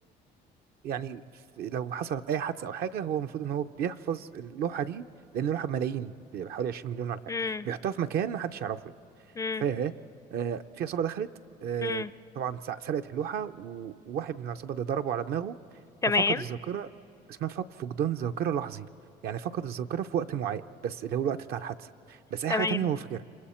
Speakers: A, on the right; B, on the left.
A: يعني في- لو حصلت اي حادثه او حاجه هو المفروض ان هو بيحفظ اللوحه دي لان اللوحه بملايين بحوالي 20 مليون ولا حاجه
B: امم
A: بيحطها في مكان ما حدش يعرفه يعني
B: امم
A: ف آه، في عصابه دخلت آه،
B: امم
A: طبعا سع- سرقت اللوحه و- وواحد من العصابه ده ضربه على دماغه
B: تمام
A: ففقد الذاكره اسمها فق- فقدان ذاكره لحظي يعني فقد الذاكره في وقت معين بس اللي هو الوقت بتاع الحادثه بس اي
B: تمام
A: حاجه تانية هو فاكرها